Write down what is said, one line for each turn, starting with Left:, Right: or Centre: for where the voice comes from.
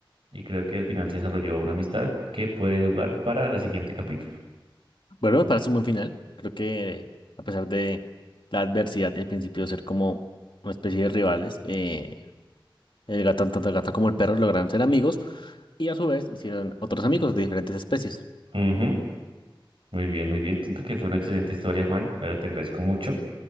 Right: Y creo que al final se desarrolló una amistad que puede jugar para la siguiente capítulo.
Left: Bueno, me parece un buen final. Creo que a pesar de la adversidad y el principio de ser como una especie de rivales, eh, el gato, tanto el gato como el perro lograron ser amigos y a su vez hicieron otros amigos de diferentes especies.
Right: Ujú, Muy bien, muy bien. Siento que fue una excelente historia, Juan. Ahora te agradezco mucho.